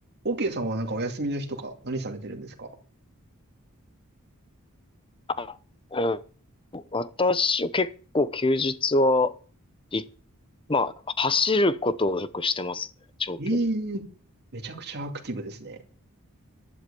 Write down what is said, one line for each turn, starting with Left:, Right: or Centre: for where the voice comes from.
Right: OK さんはなんかお休みの日とか何されてるんですか
Left: あうん私は結構休日は、い、まあ、走ることをよくしてますね。長距離。
Right: ええーめちゃくちゃアクティブですね。
Left: い